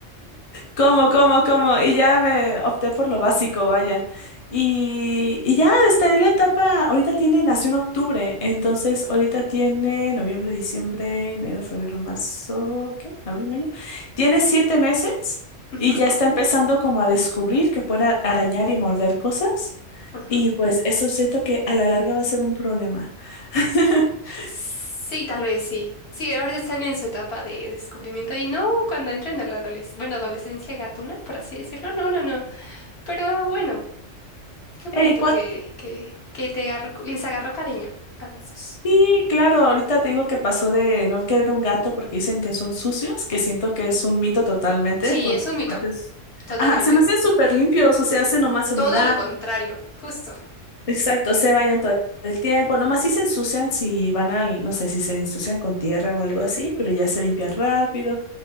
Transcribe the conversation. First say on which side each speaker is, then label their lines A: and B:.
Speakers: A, on the left; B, on the left.
A: ¿Cómo, cómo, cómo? Y ya me opté por lo básico, vaya. Y, y ya está en la etapa, ahorita tiene, nació en octubre, entonces ahorita tiene noviembre, diciembre, enero, febrero, marzo, ¿qué? Abril, mayo. Tiene siete meses
B: Ujú,
A: y ya está empezando como a descubrir que puede arañar y morder cosas.
B: ujú.
A: Y pues eso siento que a la larga va a ser un problema. <laughs>
B: Sí, tal vez sí. Sí, ahorita están en su etapa de descubrimiento y no cuando entren a la adolescencia, bueno, adolescencia gatuna, por así decirlo, no, no, no. Pero bueno, qué bonito
A: Ey,
B: que, que, que te agarró- les agarró cariño a las dos.
A: Sí, claro, ahorita te digo que pasó de no querer un gato porque dicen que son sucios, que siento que es un mito totalmente,
B: Sí,
A: porque
B: es un
A: se
B: mito,
A: me hacen, s-
B: totalmente.
A: ajá, se me hacen súper limpios, o sea, hacen nomás en
B: Todo
A: una,
B: lo contrario, justo.
A: exacto, se bañan todo el tiempo, nomás sí se ensucian si van al, no sé, si se ensucian con tierra o algo así, pero ya se limpian rápido,